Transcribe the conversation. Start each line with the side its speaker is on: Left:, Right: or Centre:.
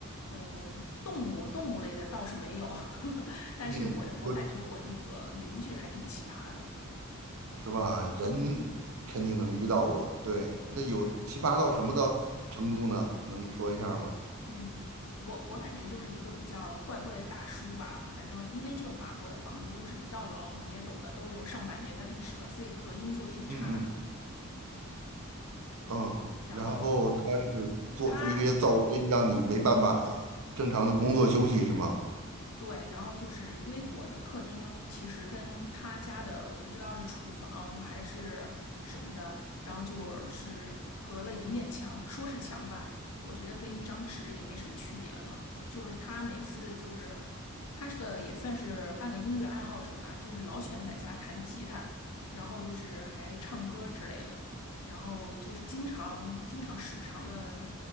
Left: 呃，动物动物类的倒是没有，<laughs> 但是我我感觉我那个邻居还挺奇葩的。
Right: 嗯，我是吧？人肯定能遇到过。对，那有奇葩到什么的程度呢？能说一下儿吗？
Left: 嗯，我我感觉就是一个比较怪怪的大叔吧。反正因为这个法国的房子都是比较老，你也懂得，都有上百年的历史了，所以隔音就挺差的。
Right: 嗯嗯嗯，
Left: 然后
Right: 然后他是做出一些噪音，
Left: 他
Right: 让你没办法正常的工作休息，是吗？
Left: 对，然后就是因为我的客厅其实跟他家的，我不知道是厨房还是什么的，然后就是隔了一面墙，说是墙吧，我觉得跟一张纸也没什么区别了。就是他每次就是他是个也算是半个音乐爱好者吧，就是老喜欢在家弹吉他，然后就是还唱歌之类的，然后就是经常经常时不常的，